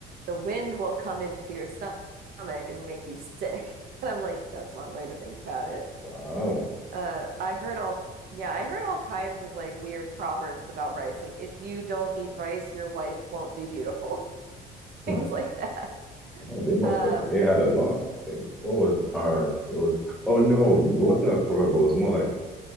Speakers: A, on the right; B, in the centre.
A: the wind will come into your stomach and make you sick. <laughs> And I'm like, that's one way to think about it.
B: Wow.
A: Uh I heard all yeah, I heard all kinds of like weird proverbs about rice. Like if you don't eat rice, your wife won't be beautiful. <laughs>
B: Hmm.
A: Things like that.
B: Oh, they must
A: Um
B: have they had a lot, I think. What was ours? It was oh no, it wasn't a proper, but it was more like